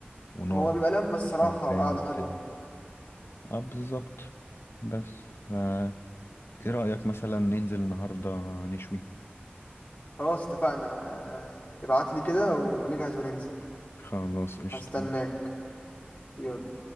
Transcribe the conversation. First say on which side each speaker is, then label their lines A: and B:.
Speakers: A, on the left; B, on the left.
A: ونقعد
B: هو بيبقى لمة الصراحة
A: نسمع
B: وقعدة
A: أغاني
B: حلوة
A: وكده اه بالظبط بس فا ايه رأيك مثلا ننزل النهاردة نشوي
B: خلاص اتفقنا آه ابعت لي كده ونجهز وننزل
A: خلاص قشطة
B: هستناك يلا